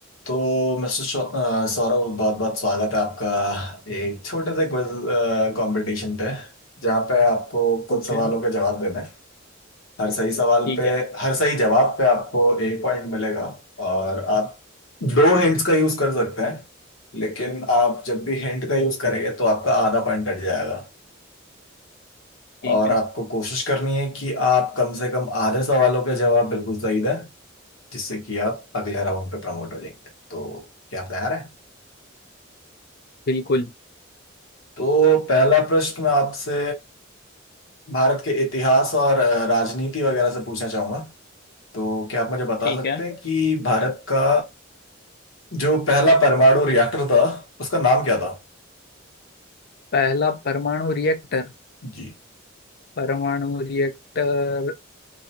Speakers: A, on the left; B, on the left.
A: तो मिस्टर शौ- अ, सौरभ बहुत बहुत स्वागत है आपका एक छोटे से क्विज कंपटीशन पे जहाँ पे आपको कुछ
B: ओके
A: सवालों के जवाब देने हैं। हर सही सवाल
B: ठीक
A: पे
B: है
A: हर सही जवाब पे आपको एक पॉइंट मिलेगा और आप दो हिंट्स का यूज कर सकते हैं लेकिन आप जब भी हिंट का यूज करेंगे तो आपका आधा पॉइंट कट जाएगा
B: ठीक
A: और
B: है
A: आपको कोशिश करनी है कि आप कम से कम आधे सवालों के जवाब बिल्कुल सही दें जिससे कि आप अगले राउंड पे प्रमोट हो जाएंगे तो क्या आप तैयार हैं
B: बिल्कुल
A: तो पहला प्रश्न मैं आपसे भारत के इतिहास और अ, राजनीति वगैरह से पूछना चाहूंगा तो क्या आप मुझे बता
B: ठीक
A: सकते
B: है
A: हैं कि भारत का जो पहला परमाणु रिएक्टर था उसका नाम क्या था
B: पहला परमाणु रिएक्टर
A: जी
B: परमाणु रिएक्टर